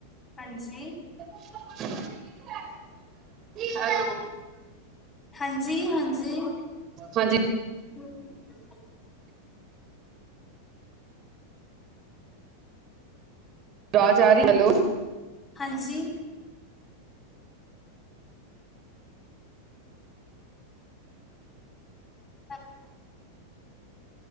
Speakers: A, on the left; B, on the right.
A: ਹਾਂਜੀ।
B: ਅੱਛਾ। <unintelligible>
A: ਹਾਂਜੀ, ਹਾਂਜੀ।
B: ਹਾਂਜੀ।
A: ਹੂੰ।
B: ਅਵਾਜ ਆ ਰਹੀ। ਹੈਲੋ।
A: ਹਾਂਜੀ। ਹੈਲੋ।